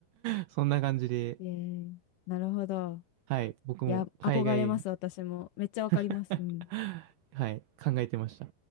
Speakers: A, on the right; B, on the left.
A: <laughs> そんな感じで、
B: えーなるほど。
A: はい、僕も海外に
B: いや、憧れます、私も。めっちゃわかります。
A: <laughs>
B: うん。
A: はい、考えてました。